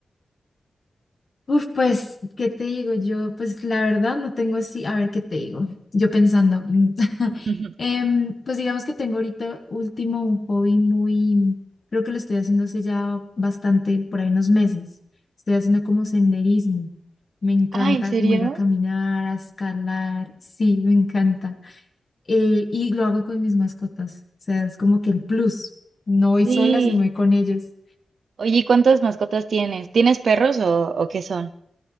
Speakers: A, on the left; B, on the right.
A: Uf, pues, ¿qué te digo? Yo, pues, la verdad no tengo así, a ver, ¿qué te digo? Yo pensando, mm, <laughs>
B: <laughs>
A: em, pues digamos que tengo ahorita último un hobby muy, creo que lo estoy haciendo hace ya bastante, por ahí unos meses. Estoy haciendo como senderismo. Me encanta
B: Ah, ¿en serio?
A: como ir a caminar, a escalar, sí, me encanta. Eh, y lo hago con mis mascotas, o sea, es como que el plus. No voy
B: Sí.
A: sola, sino voy con ellos.
B: Oye, ¿y cuántas mascotas tienes? ¿Tienes perros o, o qué son?